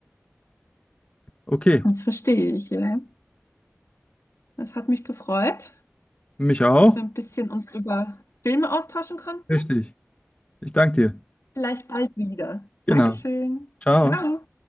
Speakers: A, on the left (about 30°); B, on the left (about 80°).
A: Okay,
B: Das verstehe ich, ja. Das hat mich gefreut.
A: mich auch.
B: dass wir ein bisschen uns über Filme austauschen konnten.
A: Richtig. Ich danke dir.
B: Vielleicht bald wieder.
A: Genau.
B: Dankeschön.
A: Ciao.
B: Ciao.